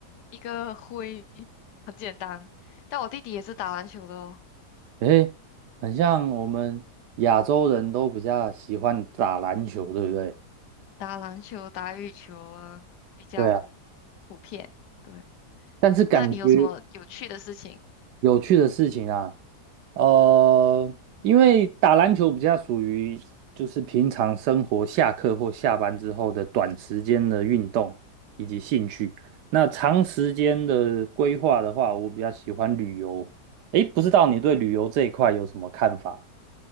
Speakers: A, on the left; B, on the right.
A: 一个挥，很简单。但我弟弟也是打篮球的哦，
B: 诶，很像我们亚洲人都比较喜欢打篮球，对不对？
A: 打篮球、打羽球啊，比较
B: 对啊，
A: 普遍。对，
B: 但是感觉
A: 那你有什么有趣的事情？
B: 有趣的事情啊，呃，因为打篮球比较属于就是平常生活下课或下班之后的短时间的运动以及兴趣。那长时间的规划的话，我比较喜欢旅游。诶，不知道你对旅游这一块有什么看法？